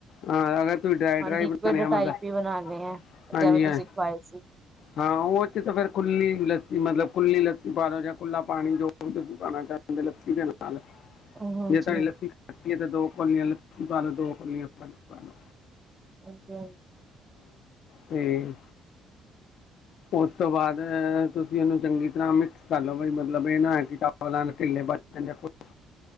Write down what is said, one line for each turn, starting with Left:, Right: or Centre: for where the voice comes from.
Left: ਹਾਂ ਤੁਸੀਂ ਡਰਾਈ
Right: ਹਾਂ
Left: ਡਰਾਈ
Right: ਲਿਕੁਡ
Left: ਬਣਾਉਣੇ ਆ
Right: ਟਾਈਪ
Left: ਮਤਲਬ
Right: ਹੀ ਬਣਾਉਣੇ ਆ
Left: ਹਾਂਜੀ
Right: ਜਿਵੇਂ ਤੁਸੀਂ
Left: ਹਾਂ
Right: ਖਵਾਏ ਸੀ
Left: ਹਾਂ ਉਹਥੇ ਤਾਂ ਫੇਰ ਖੁੱਲੀ ਲੱਸੀ ਮਤਲਬ ਖੁੱਲੀ ਲੱਸੀ ਪਾ ਲਓ ਜਾਂ ਖੁੱਲ੍ਹਾ ਪਾਣੀ ਜੋ ਵੀ ਤੁਸੀਂ ਪਾਉਣਾ ਚਾਹੁੰਦੇ ਲੱਸੀ ਦੇ ਨਾਲ
Right: ਹਾਂਜੀ
Left: ਜੇ ਤੁਹਾੀ ਲੱਸੀ ਖਤੀ ਹੈ ਤੇ ਦੋ ਕੋ ਬ ਦ
Right: ਹਾਂਜੀ
Left: ਫੇਰ ਉਸ ਤੋਂ ਬਾਅਦ ਤੁਸੀਂ ਉਹਨੂੰ ਚੰਗੀ ਤਰ੍ਹਾਂ ਮਿਕਸ ਕਰ ਲਓ ਬਾਈ ਮਤਲਬ ਇਹ ਨਾ ਹੈ ਕਿ ਚਾਵਲ ਭਜ ਜਾਂ ਕੁਛ